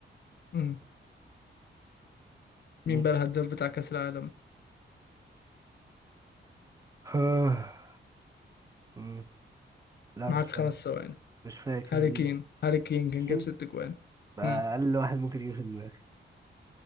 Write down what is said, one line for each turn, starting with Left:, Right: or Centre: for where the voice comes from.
Left: امم
Right: مين
Left: مين بقى الهداف بتاع كأس العالم
Right: آه، مم. لا
Left: معاك
Right: مش فاكر
Left: خمس ثواني
Right: مش فاكر
Left: هاري
Right: مين
Left: كين هاري كين كان
Right: كين
Left: جاب ست جوان
Right: ده اقل
Left: امم
Right: واحد ممكن يجي في دماغي